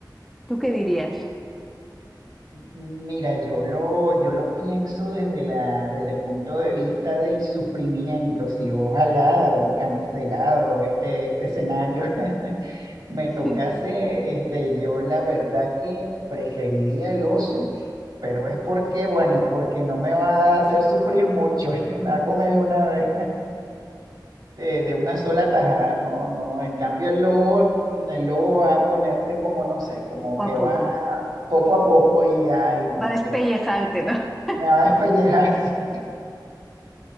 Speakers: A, in the centre; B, on the right.
A: ¿Tú qué dirías?
B: Mira, yo lo, yo lo pienso desde la, desde el punto de vista del sufrimiento. Si ojalá haber cancelado este, este escenario <laughs> me
A: <laughs>
B: tocase, este, yo la verdad que preferiría el oso, pero es porque, bueno, porque no me va a hacer sufrir mucho, <laughs> este, me va a comer de una vez. de, de una sola tajada, no, no. En cambio, el lobo, mm, el lobo va a ponerse como, no sé, como
A: ¿O
B: que
A: a
B: va
A: poco?
B: poco a poco y ay, no,
A: Va a despellejarte,
B: que
A: ¿no? <laughs>
B: me va a despellejar <laughs> así.